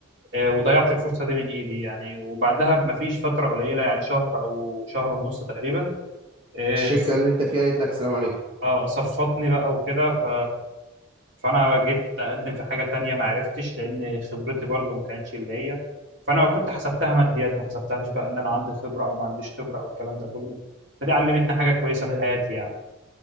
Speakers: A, on the right; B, on the right.
A: آه، وضيعت الفرصة دي من إيدي يعني وبعدها بمفيش فترة قليلة يعني شهر أو شهر ونص تقريبا آه
B: الشركة اللي انت فيها قالت لك السلام عليكم
A: آه، صفطني بقى وكده ف... فأنا جيت أقدم في حاجة تانية ما عرفتش لأن خبرتي برضو ما كانتش اللي هي فأنا كنت حسبتها ماديات ما حسبتهاش بقى إن أنا عندي خبرة أو ما عنديش خبرة أو الكلام ده كله فدي علمتني حاجة كويسة
B: لل-
A: في حياتي يعني